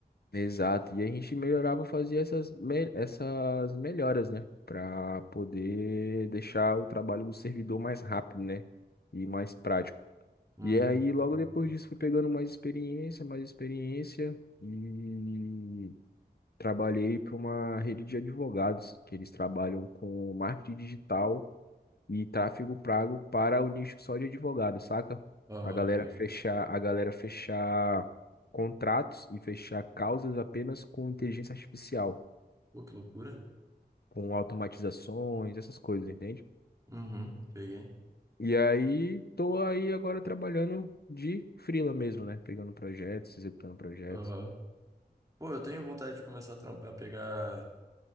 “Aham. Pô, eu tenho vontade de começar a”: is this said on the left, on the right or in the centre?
Right